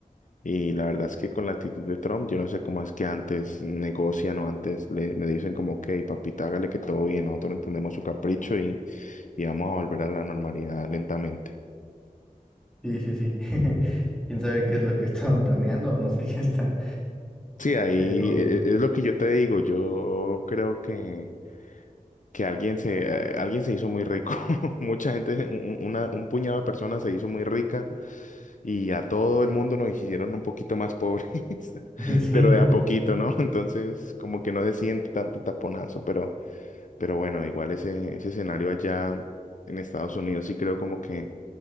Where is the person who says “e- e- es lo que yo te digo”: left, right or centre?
Left